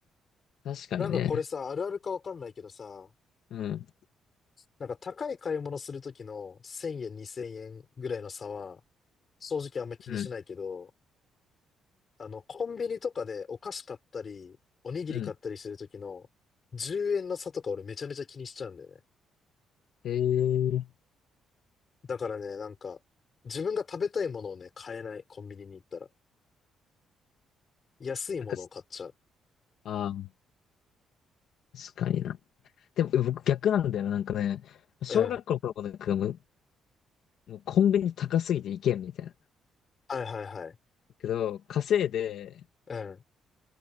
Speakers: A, on the left; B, on the left.
A: 確かにね。
B: なんかこれさ、あるあるかわかんないけどさ、
A: うん。
B: なんか高い買い物するときの1000円、2000円ぐらいの差は、正直あんま気にしないけど、
A: うん。
B: あの、コンビニとかでお菓子買ったり、おにぎり買ったりするときの10円の差とか俺めちゃめちゃ気にしちゃうんだよね。
A: うん。えー、
B: だからね、なんか、自分が食べたいものをね、買えない、コンビニに行ったら。安いものを買っちゃう。
A: なんかす、あー、確かにな。でも、僕逆なんだよな。なんかね、小学校の頃もなんかもう、
B: うん。
A: もうコンビニ高すぎて行けんみたいな。だ
B: はいはいはい。
A: けど、稼いで、
B: うん。